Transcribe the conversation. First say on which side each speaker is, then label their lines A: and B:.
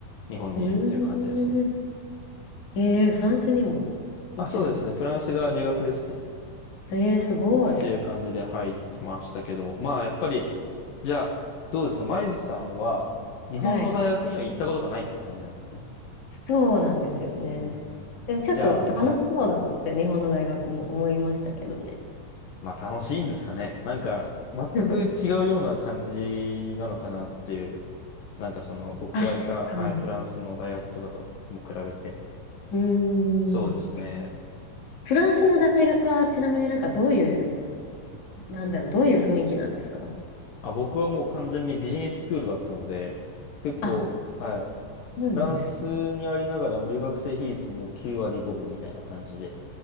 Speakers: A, on the left; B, on the left.
A: 日本にいるっていう感じですね。
B: うーん。えー、フランスにも行ってたんで
A: あ、そうですね。フランスが留学ですね。っ
B: す。えー、すごい。
A: ていう感じで入ってましたけども。まあ、やっぱり、じゃあ、どうですかまゆさんは、日本の大学には行ったことがないっていう感じなんですね。
B: はい。そうなんですよね。
A: うん。
B: でもちょっと楽しそうだなって日本の大学も思いましたけどね。
A: じゃあ、はい。まあ、楽しいんですかね。なんか、全く違うような感じなのかなっていう。
B: <laughs>
A: なんかその、僕がいた、
B: 確かに。
A: はい、フランスの大学とかとも比べて。
B: <laughs> うーん。
A: そうですね。
B: フランスの大学はちなみになんかどういう、なんだろう、どういう雰囲気なんですか
A: あ、僕はもう完全にビジネススクールだったので、結構、
B: あ、
A: はい、フ
B: そうなんですね。
A: ランスにありながら留学生比率も9割5分みたいな感じで、